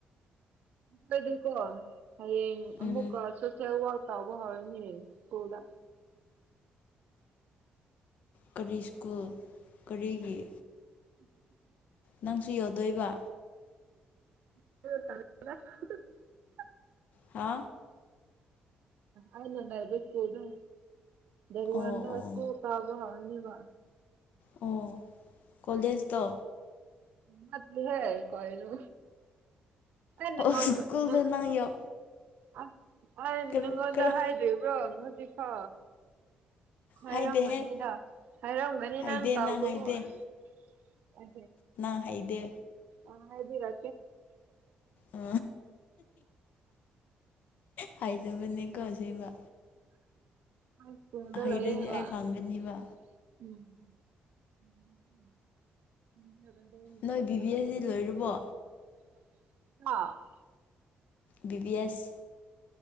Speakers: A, on the right; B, on the left.
A: ꯀꯗꯨ ꯀꯣ ꯍꯌꯦꯡ ꯑꯃꯨꯛꯀ
B: ꯎꯝ
A: ꯁ‌ꯣꯁ‌ꯦꯜ ꯌꯥꯛ ꯇꯧꯕ ꯍꯧꯔꯅꯤ ꯁ꯭ꯀꯨꯜꯗ
B: ꯀꯔꯤ ꯁ꯭ꯀꯨꯜ ꯀꯔꯤꯒꯤ
A: ꯎꯝ <unintelligible>
B: ꯅꯪꯁꯨ ꯌꯣꯗꯣꯏꯕ
A: ꯎ <unintelligible>
B: ꯍꯥ
A: ꯑꯩꯅ ꯂꯕ ꯁꯀꯨꯗ ꯔꯋꯥꯟꯗ
B: ꯑꯣ ꯑꯣ
A: ꯁꯀꯨ ꯇꯥꯕ ꯍꯥ ꯊꯕ
B: ꯑꯣ ꯀꯣꯂꯦꯖꯇ
A: ꯃꯥ ꯍꯦ ꯀꯣꯏꯅ ꯟꯅꯉꯅꯅ
B: ꯑꯣ ꯁ꯭ꯀꯨꯜꯗ ꯅꯪ ꯌꯧ
A: ꯑꯁ ꯑ
B: ꯀꯔ
A: ꯅꯪꯉꯣꯟꯗ
B: ꯀꯔ
A: ꯍꯥꯏꯗ꯭ꯔꯤꯕ꯭ꯔꯣ ꯍꯧꯖꯤꯛꯀꯣ ꯍꯥꯏꯩꯔꯝꯒꯅꯤꯗ
B: ꯍꯥꯏꯗꯦꯍꯦ
A: ꯍꯥꯏꯔꯝꯒꯅꯤ
B: ꯍꯩꯗꯦ
A: ꯅꯪ ꯀꯥꯎꯕꯨ
B: ꯍꯩꯗꯦ
A: ꯑꯦ
B: ꯅꯪ ꯍꯩꯗꯦ
A: ꯑ ꯍꯥꯏꯔ
B: ꯑ ꯍꯥꯏꯗꯕꯅꯦꯀꯣ ꯁꯦꯝꯕ
A: ꯑꯁꯨ
B: ꯍꯩꯔꯗꯤ ꯑꯩ ꯈꯪꯒꯅꯤꯕ
A: ꯃꯗꯂꯌꯦ ꯎꯝ ꯎꯝ
B: ꯅꯣꯏ
A: ꯎꯝ
B: ꯕꯤ ꯕꯤ ꯑꯦꯁꯇꯤ ꯂꯣꯏꯔꯕꯣ
A: <inaudible>
B: ꯕꯤꯕꯤ ꯑꯦꯁ